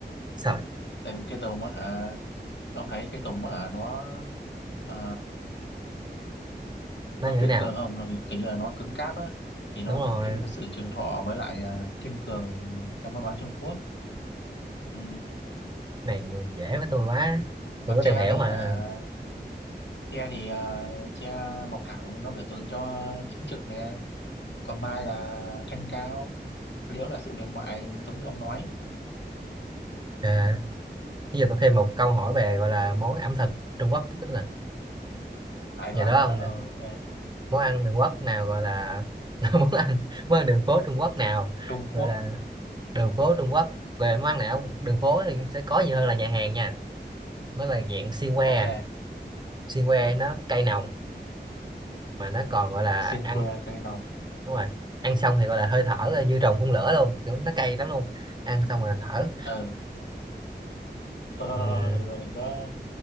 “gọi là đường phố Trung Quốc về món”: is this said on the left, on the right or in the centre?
Right